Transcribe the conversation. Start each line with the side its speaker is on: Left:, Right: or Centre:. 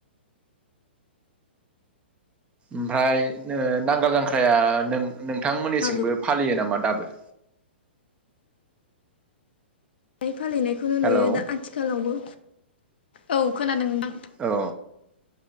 Right: ओमफ्राय ओ नांगाल जांख्राया नों नोंथांमोननिसिमबो
Left: हाब्रु
Right: फालियो नामा दाबो?
Left: फालिनायखौनो
Right: हेलौ
Left: नुयो दा आथिखालावबो। औ खोनादोंना?
Right: औ